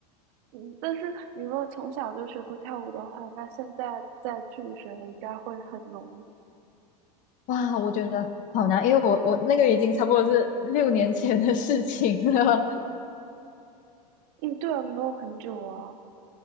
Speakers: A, on the right; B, on the left.
A: 嗯，但是你如果从小就学过跳舞的话，那现在再去学应该会很容易。
B: 哇，我觉得好难，因为我我那个已经差不多是六年前的事情了
A: 嗯，对啊，没有很久啊，